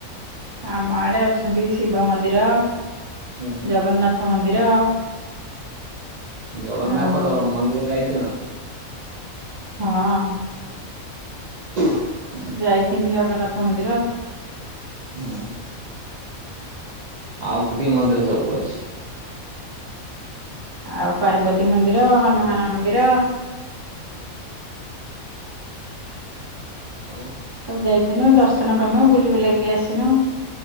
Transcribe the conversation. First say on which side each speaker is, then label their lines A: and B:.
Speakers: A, on the right; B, on the right.
A: ଆମ ଆଡେ ଅଛନ୍ତି ଶିବ ମନ୍ଦିର,
B: ହୁଁ
A: ଜଗନ୍ନାଥ ମନ୍ଦିର।
B: ଜଗନ୍ନାଥ
A: ଆଉ
B: ଦ ମନ୍ଦିର ଯାଇଛନା?
A: ହଁ।
B: ଉ ହୁ।
A: ଯାଇଥିନି ଜଗନ୍ନାଥ ମନ୍ଦିର।
B: ହୁଁ। ଆଉ କି ମନ୍ଦିର ସବୁ ଅଛି?
A: ଆଉ ପାର୍ବତୀ ମନ୍ଦିର, ହନୁମାନ ମନ୍ଦିର
B: ଆଉ
A: ସବୁ ଯାଇଥିନୁ ଦର୍ଶନ କନୁ ବୁଲି ବୁଲାକିରି ଆସିନୁ।